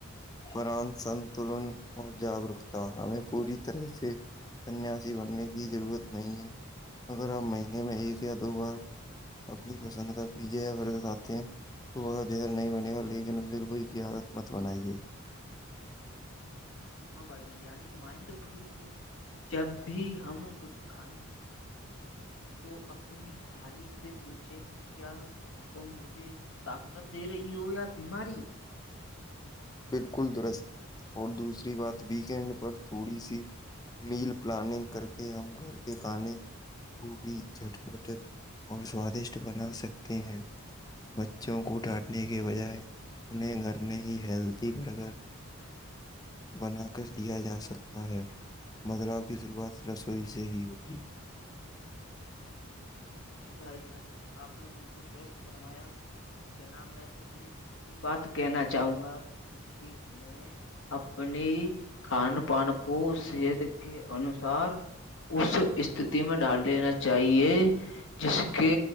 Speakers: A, on the left; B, on the left.
A: پران سنتلن اور جاگروکتا ہمیں پوری طرح سے سنیاسی بننے کی ضرورت نہیں ہے اگر آپ مہینے میں ایک یا دو بار اپنی پسند کا پیزا یاگ کھاتے ہیں تو وہ زہر نہیں بنے گا لیکن برگو اس کی عادت مت بنائیے
B: ہاں بھائی جانی یعنی مائنڈ فری جب بھی ہم کھائےیں تو اپنی تھالی سے پوچھے ٹھیک کیا تم مجھے طاقت دے رہی ہو یا بیماری
A: بالکل درست اور دوسری بات ویکینڈ پر تھوڑی سی میل پلاننگ کر کے ہم گھر کے کھانے خب جٹپٹ اور سوادشٹ بنا سکتے ہیں بچوں کو ڈانٹنے کے بجائے انہیں گھر میں ہی ہلتی برگر بناکر دیا جا سکتا ہے بدلاؤ کی شروعات رسوئی سے ہی ہوگی
B: جی بھائی جان آپ نے بالکل درست فرمایا جناب میں تو ایک ہی بات کہنا چاہوں گا کہ ہمیں اپنی کھان پان کو صحت کے انوسار اس استتی میں ڈال لینا چاہیے <inaudible> جس کے